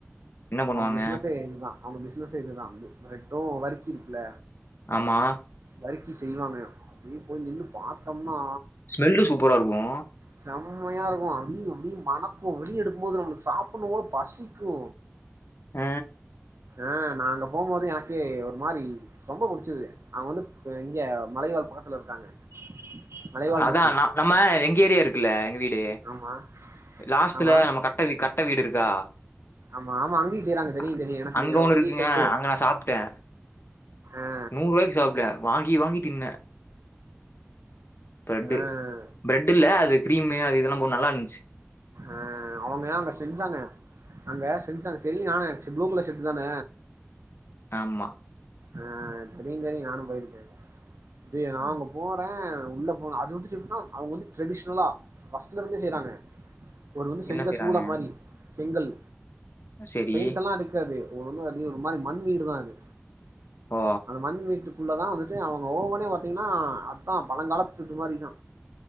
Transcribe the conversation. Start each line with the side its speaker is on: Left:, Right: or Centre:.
Left: என்ன பண்ணுவாங்க?
Right: அவங்க பிசினசே இதுதா அவங்க பிசினசே இதுதா பிரட்டு வறுக்கி இருக்குல
Left: ஆமா
Right: வரிக்கி செய்வாங்க அப்டியே போய் நின்னு பாத்தம்னா
Left: ஸ்மெல்லு சூப்பரா இருக்கு
Right: செம்மையா இருக்கு அப்டி இப்டி மணக்கு வெளிய எடுக்குபோது நம்மளுக்கு சாப்புன்னுபோல பசிக்கு
Left: அ
Right: அ நா அங்க போம்போதே எனக்கே ஒரு மாரி ரொம்ப புடிச்சது அவங்க வந்து இங்க மலைவாழ் பக்கத்துல இருக்காங்க மலைவாழ்
Left: அதா
Right: மக்கள்
Left: நா நம்ம எங்க ஏரியா இருக்குல்ல எங்க வீடு
Right: ஆமா
Left: லாஸ்ட்ல
Right: ஆமா
Left: நம்ம கட்ட வீ கட்ட வீடு இருக்கா
Right: ஆமா ஆமா அங்கயு செய்றாங்க தெரியு
Left: ஆ
Right: தெரியு எனக்கு
Left: அங்க
Right: தெரியு அது
Left: ஒன்னு
Right: பெரிய
Left: இருக்குங்க
Right: செட்டு
Left: அங்க நா சாப்ட
Right: ஆ
Left: நூருபாய்க்கு சாப்ட வாங்கி வாங்கி தின்ன தர்டு
Right: ஆ
Left: பிரெட் இல்ல அது கிரீமு அது இதெல்லா போட்டு நல்லாருந்துச்சி
Right: அ அவங்க அங்க செஞ்சாங்க அங்க செஞ்சாங்க தெரியு நானாச்சு ப்ளூ கலர் செர்ட்டு தான
Left: ஆமா
Right: ஆ தெரியு தெரியு நானு போயிருக்கே அங்க இது நா
Left: ம்.
Right: அங்க போறே உள்ள போனு அது வந்து அவுங்க வந்து ட்ரெடிஷ்னலா ஃபர்ஸ்ட்லந்தே செய்றாங்க ஒரு வந்து செங்க
Left: என்ன செய்றாங்க?
Right: சூல மாரி செங்கல்
Left: சரி.
Right: பெயிண்ட்டெல்லா அடுக்காது ஒரு வந்து அப்டியே ஒரு மாரி மண் வீடு தா அது
Left: ஓ
Right: அந்த மண் வீட்டுக்குள்ள தா வந்துட்டு அவுங்க ஓவனே பாத்தீங்கனா அதா பழங்காலத்து இது மாரி தா